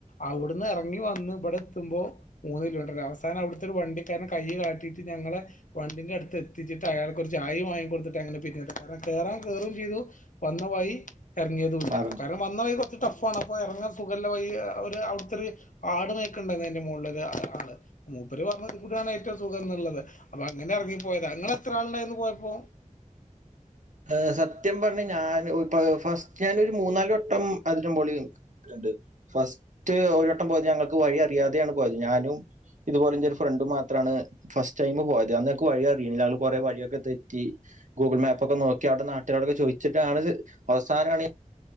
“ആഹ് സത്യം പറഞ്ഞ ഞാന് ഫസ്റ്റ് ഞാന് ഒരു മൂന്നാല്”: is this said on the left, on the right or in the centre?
Right